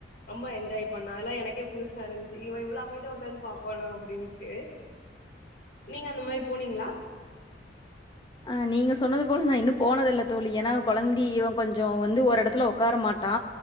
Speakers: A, on the left (about 60°); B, on the left (about 25°).
A: ரொம்ப என்ஜாய் பண்ணா அதெல்லா எனக்கே புதுசா இருந்துச்சு இவ இவ்ளோ அமைதியா ஒக்காந்து பாப்பானா அப்டின்ட்டு நீங்க அந்த மாரி போனீங்ளா
B: ஆ நீங்க சொன்னது போல நா இன்னு போனதில்ல தோழி ஏனா கொழந்தி இவ கொஞ்ச வந்து ஓரெடத்துல ஒக்கார மாட்டா